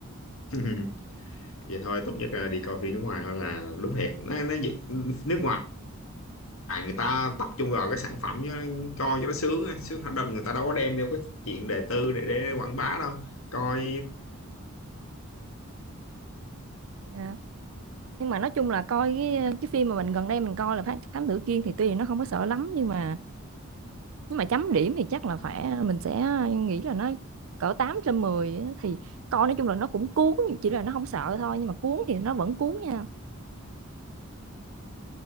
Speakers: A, on the left (about 65°); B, on the right (about 65°).
A: <laughs> vậy thôi tốt nhất là đi coi phim nước ngoài thôi là đúng thiệt nó, nó dịch- nước ngoài à, người ta tập trung vào cái sản phẩm chứ, coi cho nó sướng ấy. sướng đợt người ta đâu có đem theo cái chuyện đề tư để để quảng bá đâu coi
B: Dạ. nhưng mà nói chung là coi cái cái phim mà mình gần đây mình coi là Thám Tử Kiên thì tuy là nó không có sợ lắm nhưng mà nhưng mà chấm điểm thì chắc là phải à, mình sẽ à, nghĩ là nó cỡ 8 trên 10 á, thì coi nói chung là nó cũng cuốn chỉ là nó không sợ thôi nhưng mà cuốn thì nó vẫn cuốn nha